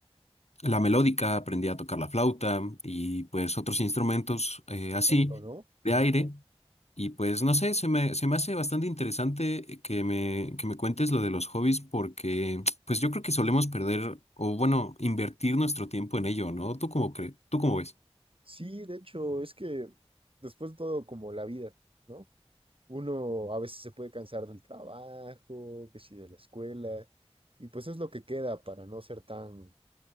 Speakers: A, on the left; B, on the right.
A: la melódica, aprendí a tocar la flauta y, pues, otros instrumentos eh,
B: Tremendo,
A: así
B: ¿no?
A: de
B: Tremendo.
A: aire. Y pues no sé, se me, se me hace bastante interesante que me, que me cuentes lo de los hobbies porque pues yo creo que solemos perder o bueno, invertir nuestro tiempo en ello, ¿no? ¿Tú cómo crees? ¿Tú cómo ves?
B: Sí, de hecho, es que después de todo, como la vida, ¿no? Uno a veces se puede cansar del trabajo, que sí, de la escuela, y pues es lo que queda para no ser tan,